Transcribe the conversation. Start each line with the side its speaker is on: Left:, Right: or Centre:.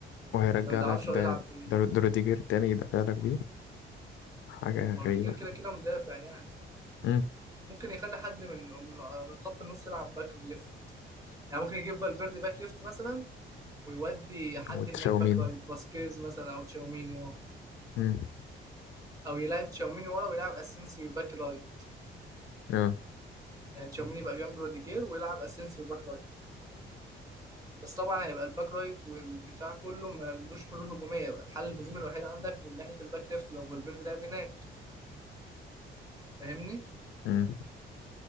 Left: وهيرجع
Right: فما تعرفش
Left: لك ده
Right: هو هيلعب بإيه
Left: ده رو- ده روديجير تاني يدافع لك بيه حاجة
Right: وروديجير
Left: غريبة
Right: كده كده مدافع يعني
Left: مم.
Right: ممكن يخلي حد من من من خط النص يلعب باك ليفت يعني ممكن يجيب فالفيردي باك ليفت مثلا ويودي حد
Left: وتشاومين
Right: هناك باك رايت فاسكيز مثلا أو تشاوميني أو
Left: مم.
Right: أو يلعب تشاوميني ورا ويلعب اسينسيو باك رايت
Left: اه
Right: يعني تشاوميني يبقى جنب روديجير ويلعب اسينسيو باك رايت بس طبعا هيبقى الباك رايت والدفاع كله ما عندوش حلول هجوميه يبقى الحل الهجومي الوحيد عندك من ناحيه الباك ليفت لو فالفيردي لعب هناك فاهمني
Left: مم.